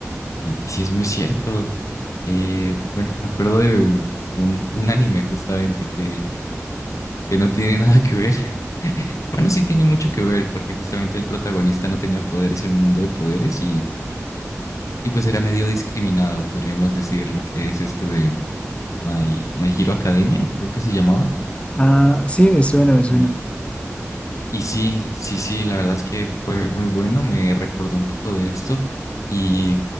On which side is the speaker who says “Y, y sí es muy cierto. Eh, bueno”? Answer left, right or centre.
Left